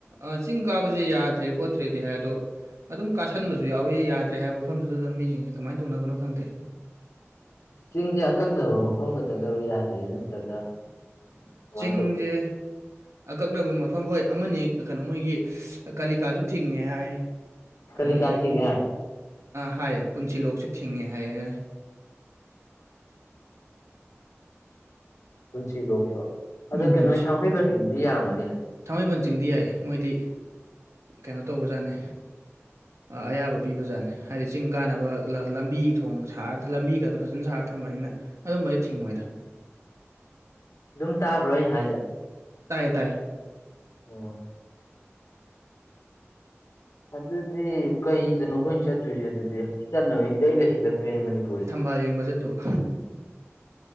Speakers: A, on the right; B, on the left.
A: ꯑ ꯆꯤꯡ ꯀꯥꯕꯁꯦ ꯌꯥꯗ꯭ꯔꯦ ꯈꯣꯠꯇ꯭ꯔꯦꯗꯤ ꯍꯥꯏ ꯑꯗꯣ ꯑꯗꯨꯝ ꯀꯥꯁꯟꯕꯁꯨ ꯌꯥꯎꯏꯤ ꯌꯥꯗ꯭ꯔꯦ ꯍꯥꯏꯕ ꯃꯐꯝꯗꯨꯗ ꯃꯤꯁꯤꯡꯁꯦ ꯀꯃꯥꯏꯅ ꯇꯧꯅꯕꯅꯣ ꯈꯪꯗꯦ
B: ꯆꯤꯡꯁꯦ ꯑꯀꯛꯅꯕ ꯃꯐꯝ ꯈꯛꯇꯪꯒꯔꯣꯏ ꯌꯥꯗ꯭ꯔꯤꯦ ꯅꯠꯇ꯭ꯔꯒ ꯀꯃꯥꯏꯅ
A: ꯆꯤꯡꯁꯦ
B: ꯇꯧꯒꯦ
A: ꯑꯀꯛꯅꯕ ꯃꯐꯝ ꯍꯣꯏ ꯑꯃꯅꯤ ꯀꯩꯅꯣ ꯃꯣꯏꯒꯤ ꯀꯥꯂꯤꯀꯥꯗꯨ ꯊꯤꯡꯉꯦ ꯍꯥꯏ
B: ꯀꯥꯂꯤꯀꯥ
A: ꯑꯗꯨꯗꯒꯤ
B: ꯆꯤꯡ ꯍꯥꯏꯕ
A: ꯑꯥ ꯍꯥꯏꯌꯦ ꯄꯨꯟꯁꯤꯂꯣꯛꯁꯨ ꯊꯤꯡꯉꯦ ꯍꯥꯏꯌꯦ
B: ꯄꯨꯟꯁꯤ ꯂꯣꯛꯁꯨ ꯑꯗꯣ
A: ꯎꯝ
B: ꯀꯩꯅꯣ
A: ꯄꯨꯟꯁꯤ
B: ꯊꯥꯡꯃꯩꯕꯟꯒꯤꯗꯨꯗꯤ ꯌꯥꯔꯝꯒꯅꯤꯅ
A: ꯊꯥꯡꯃꯩꯕꯟ ꯆꯤꯡꯗꯤ ꯌꯥꯏ ꯃꯣꯏꯗꯤ ꯀꯩꯅꯣ ꯇꯧꯕꯖꯥꯠꯅꯤ ꯑꯌꯥꯕ ꯄꯤꯕꯖꯥꯠꯅꯤ ꯍꯥꯏꯗꯤ ꯆꯤꯡ ꯀꯥꯟꯅꯕ ꯂꯝꯕꯤ ꯊꯣꯡ ꯁꯥꯔ ꯂꯝꯕꯤꯒ ꯐꯖꯅ ꯁꯥꯔ ꯊꯝꯕꯅꯤꯅ ꯑꯗꯨꯝꯕꯗꯤ ꯊꯤꯡꯉꯣꯏꯗ
B: ꯑꯗꯨꯝ ꯇꯥꯕ꯭ꯔꯣꯅ ꯍꯥꯏꯁ
A: ꯇꯥꯏꯌꯦ ꯇꯥꯏꯌꯦ
B: ꯑꯣ ꯑꯗꯨꯗꯤ ꯀꯩꯗꯅꯣꯈꯣꯏꯅ ꯆꯠꯇꯣꯏꯁꯦ ꯑꯗꯨꯗꯤ ꯆꯠꯅꯕ ꯏꯔꯩ ꯂꯩꯁꯤꯜꯂꯛꯇ꯭ꯔꯦꯅꯦ ꯃꯅꯤꯄꯨꯔ
A: ꯊꯝꯕꯥꯜ ꯌꯦꯡꯕ ꯆꯠꯇꯧꯕ